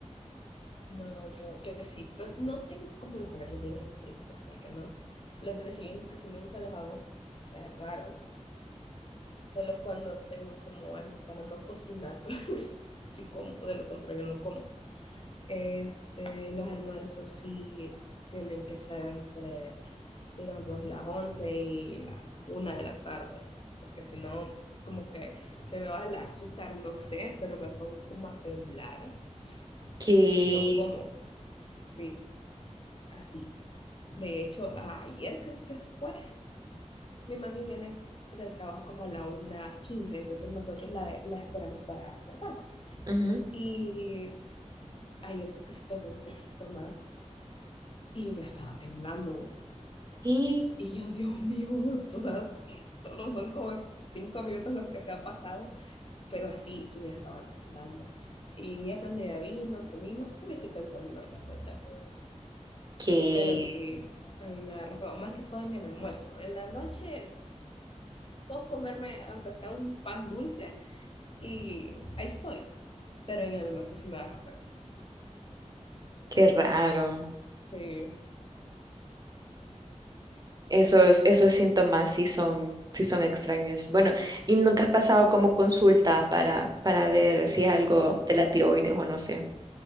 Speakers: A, on the left; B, on the right.
A: No, yo, yo sí. No, no tengo como los horarios bien estrictos, porque no. Los desayunos casi nunca los hago. Es raro. Solo cuando tengo como algo para no cocinar. <laughs> Sí como, de lo contrario no como. Este, los almuerzos sí tienen que ser entre, digamos, las 11 y la una de la tarde, porque si no, como que se me va el azúcar, no sé, pero me pongo como a temblar,
B: Que,
A: si no como, sí, así. De hecho, ayer creo que fue, mi mami viene del trabajo como a la una quince entonces nosotros la, la esperamos para almorzar. va.
B: ujú,
A: Y ayer creo que se tardó un poquito más y yo ya estaba temblando
B: y
A: Y yo, Dios mío, o sea, solo son como cinco minutos los que se ha pasado, pero así yo ya estaba temblando. Y ya cuando ya vino, comimos, se me quitó el temblor después de eso.
B: que,
A: Pero sí, a mí me agarra feo, más que todo en el almuerzo. En la noche puedo comerme, aunque sea un pan dulce, y ahí estoy. Pero en el almuerzo sí me agarra feo.
B: Qué raro.
A: Sí,
B: Esos, esos síntomas sí son, sí son extraños. Bueno, ¿y nunca has pasado como consulta para, para ver si es algo de la tiroides o no sé?